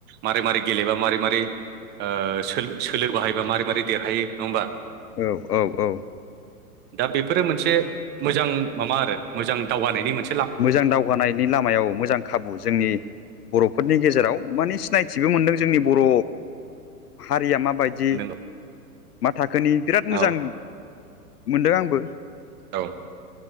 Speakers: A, on the right; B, on the left.
A: मारै मारै गेलेबा मारै मारै ओ सोलो बाहायोबा मारै मारै देरहायो नङा होमबा
B: औ औ औ
A: दा बेफोरो मोनसे मोजां माबा आरो मोजां दावगानायनि मोन
B: मोजां दावगानायनि ला मायाव मोजां खाबु जोंनि बर'फोरनि गेजेराव माने सिनायथिबो मोनदों जोंनि बर' हारिया माबायदि माबादि
A: नोंगौ
B: मा थाखोनि बिराद मोजां
A: औ
B: मोनदों आंबो
A: औ